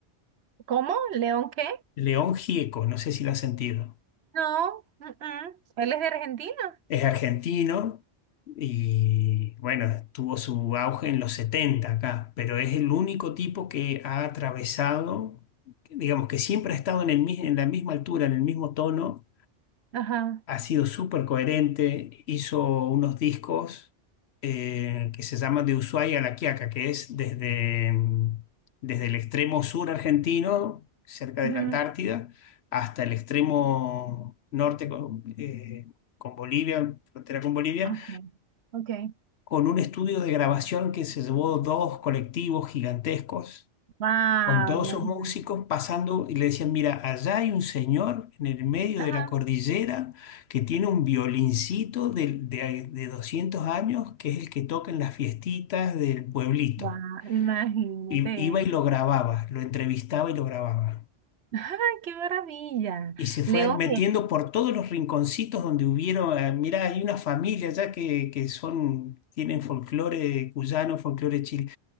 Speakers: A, on the right; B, on the left.
A: ¿Cómo? ¿León qué?
B: León Gieco, no sé si lo has sentido.
A: No, mm, mm, Él es de Argentina.
B: Es argentino y bueno, tuvo su auge en los 70 acá, pero es el único tipo que ha atravesado, digamos que siempre ha estado en el, mi- en la misma altura, en el mismo tono
A: Ajá.
B: ha sido súper coherente, hizo unos discos eh, que se llaman De Ushuaia a La Quiaca, que es desde, mm, desde el extremo sur argentino, cerca
A: ujú,
B: de la Antártida, hasta el extremo norte con, eh, con Bolivia, frontera con Bolivia,
A: Okay. Ok.
B: con un estudio de grabación que se llevó dos colectivos gigantescos
A: Wow,
B: con todos
A: imagínate.
B: esos músicos pasando y le decían, mira, allá hay un señor en el medio
A: Ajá.
B: de la cordillera que tiene un violincito de, de, de 200 años, que es el que toca en las fiestitas del pueblito.
A: Wow, imagínate
B: Y, iba
A: eso.
B: y lo grababa, lo entrevistaba y lo grababa.
A: <laughs> ¡Ay, qué maravilla!
B: Y se fue
A: León
B: metiendo por todos los rinconcitos donde hubieron, eh, mira, hay una familia allá que, que son, tienen folclore cuyano, folclore chil